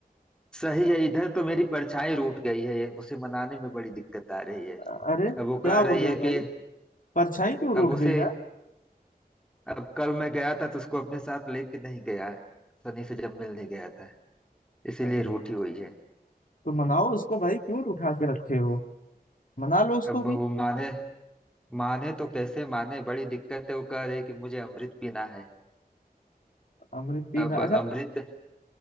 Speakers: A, in the centre; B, on the left.
A: सही है इधर तो मेरी परछाई रूठ गई है ये उसे मनाने में बड़ी दिक्कत आ रही है
B: अ- अरे क्या
A: अब वो कह
B: हो
A: रही
B: गया
A: है
B: भाई
A: कि
B: परछाई क्यों रूठ
A: अब उसे
B: गई
A: अब कल मैं गया था तो उसको अपने साथ लेके नहीं गया सनी से जब मिलने गया था इसीलिए
B: अरे
A: रूठी हुई है
B: तो मनाओ उसको भाई क्यों उठा के रखे हो मना लो उसको
A: अब
B: भी
A: वो माने माने तो कैसे माने बड़ी दिक्कत है वो कह रही कि मुझे अमृत पीना है
B: अमृत पीना
A: अब अमृत
B: अच्छा